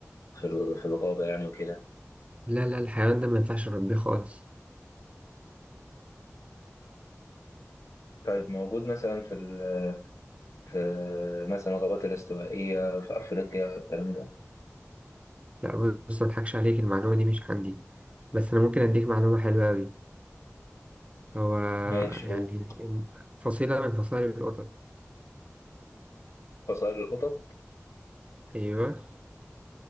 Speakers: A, on the left; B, on the right.
A: في ال- في الغابة يعني وكده
B: لا لا الحيوان ده ما ينفعش أربيه خالص
A: طيب موجود مثلا في ال- في مثلا الغابات الاستوائية في أفريقيا الكلام ده
B: لا بص ما أضحكش عليك المعلومة دي مش عندي بس أنا ممكن أديك معلومة حلوة أوي هو
A: ماشي
B: يعني
A: قول
B: فصيلة من فصائل القطط
A: فصائل القطط
B: أيوه